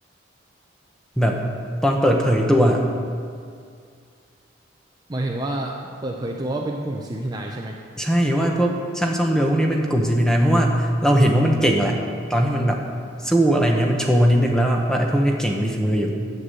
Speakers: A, in the centre; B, on the right.
A: แบบตอนเปิดเผยตัว
B: หมายถึงว่าเปิดเผยตัวว่าเป็นกลุ่ม CP9 ใช่ไหม
A: ใช่ ว่าพวกช่างซ่อมเรือพวกนี้เป็นกลุ่ม CP9 เพราะว่าเราเห็นว่ามันเก่งแหละ ตอนที่มันแบบสู้อะไรเงี้ยมันโชว์มานิดนึงแล้วว่าไอ้พวกเนี้ยเก่งมีฝีมืออยู่